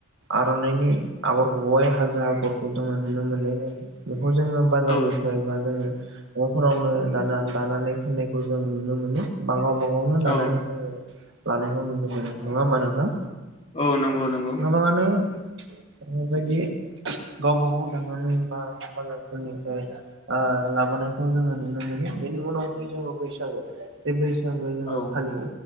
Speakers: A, on the right; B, on the left.
A: आर'नाइनि आगर हाइ हाजो आगरखौ जोङो नुनो मोननाय जायो। बेखौ जोङो बाजारनिफ्राय
B: औ
A: बा जोङो न'फोरावनो दा दानानै फाननायखौ जों नुनो मोनो बाङो न'आवनो
B: औ
A: दानानै जोङो लानायखौ नुनो मोनो नङा होमबा नोंथां
B: औ नंगौ नंगौ
A: गोबाङानो बेबायदि गावबा गाव दांनानै बा बाजारफोरनिफ्राय लाबोनायखौ जोङो नुनो मोनो बेनि उनावहाय जोङो बैसागु बेै जोङो जोङो
B: औ
A: फालियो